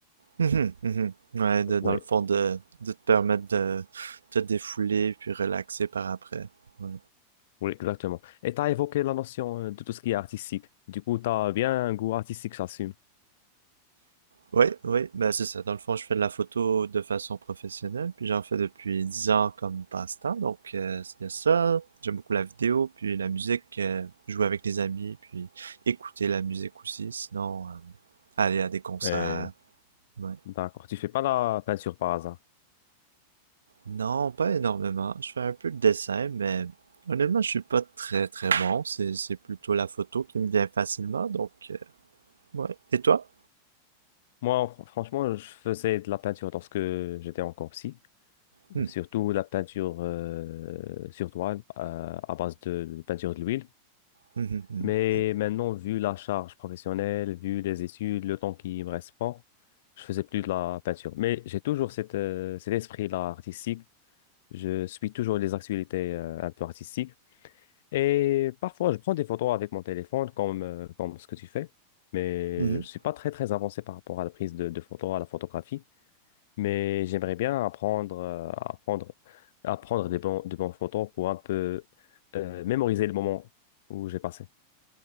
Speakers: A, on the right (about 70°); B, on the left (about 55°).
A: Mhm, mhm. Ouais, de- dans
B: Oui,
A: le fond, de, de te permettre de te défouler puis relaxer par après. Ouais.
B: oui, exactement. Et tu as évoqué la notion euh, de tout ce qui est artistique. Du coup, tu as bien un goût artistique, j'assume.
A: Oui, oui, ben c'est ça. Dans le fond, je fais de la photo de façon professionnelle, puis j'en fais depuis 10 ans comme passe-temps. Donc, euh, c'est ça. J'aime beaucoup la vidéo, puis la musique, euh, jouer avec des amis, puis écouter la musique aussi. Sinon, euh, aller à des concerts.
B: Et
A: Ouais.
B: D'accord, tu fais pas la peinture par hasard.
A: Non, pas énormément. Je fais un peu de dessin, mais honnêtement, je suis pas très très bon. C'est c'est plutôt la photo qui me vient facilement. Donc, euh, ouais. Et toi?
B: Moi, fr- franchement, je faisais de la peinture lorsque j'étais encore petit.
A: Hmm.
B: surtout la peinture euh, sur toile euh, à base de peinture de l'huile.
A: Mhm, mhm.
B: Mais
A: Ouais.
B: maintenant, vu la charge professionnelle, vu les études, le temps qui me reste pas, je faisais plus de la peinture. Mais j'ai toujours cette, euh, cet esprit-là artistique. Je suis toujours les actualités euh, un peu artistiques. Et parfois, je prends des photos avec mon téléphone, comme, euh, comme ce que tu fais. Mais
A: Hum, hum.
B: je suis pas très, très avancé par rapport à la prise de, de photos, à la photographie mais j'aimerais bien apprendre, euh, à apprendre, à prendre des bons, de bons photos pour un peu euh, mémoriser le moment où j'ai passé.